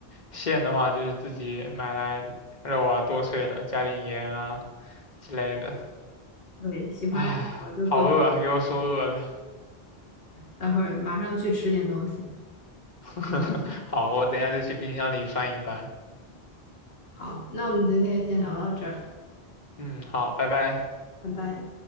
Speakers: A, on the left; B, on the left.
A: 馅的话就是自己买来肉啊剁碎了，加点盐啊之类的。
B: 对，喜欢什么就做什么，
A: 唉，好饿啊，给我说饿了。
B: 待会儿马上去吃点东西。
A: <laughs> 好，我等一下就去冰箱里翻一翻。
B: 好，那我们今天先聊到这儿，
A: 嗯，好，拜拜。
B: 拜拜。